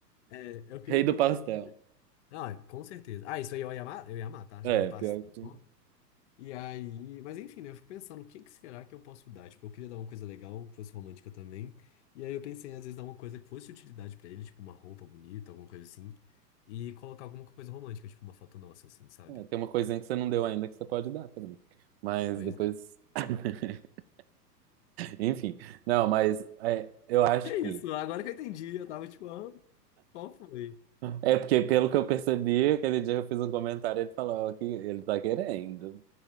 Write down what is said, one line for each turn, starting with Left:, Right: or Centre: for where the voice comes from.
Left: É, eu queria
Right: Rei
Left: muito,
Right: do pastel.
Left: inclusive. Ah, com certeza. Ah, isso aí eu ia amar, eu ia amar, tá? Rei
Right: É,
Left: do pastel.
Right: pior que.
Left: E aí, mas enfim, né? Eu fico pensando, o que que será que eu posso dar? Tipo, eu queria dar uma coisa legal, que fosse romântica também. E aí eu pensei, às vezes, dar uma coisa que fosse utilidade pra ele, tipo uma roupa bonita, alguma coisa assim. E colocar alguma coisa romântica, tipo uma foto nossa, assim, sabe?
Right: É, tem uma coisinha que você não deu ainda que você pode dar também. Mas
Left: Pois
Right: depois.
Left: é.
Right: <laughs> Enfim. Não, mas é, eu acho
Left: Que
Right: que.
Left: isso, agora que eu entendi, eu tava tipo, ah, qual foi?
Right: É porque, pelo que eu percebi, aquele dia eu fiz um comentário e ele falou que ele tá querendo.